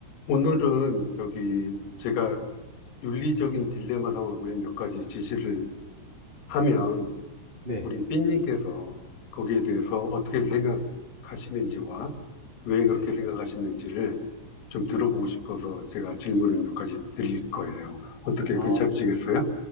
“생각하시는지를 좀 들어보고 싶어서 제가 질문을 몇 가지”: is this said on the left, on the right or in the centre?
Left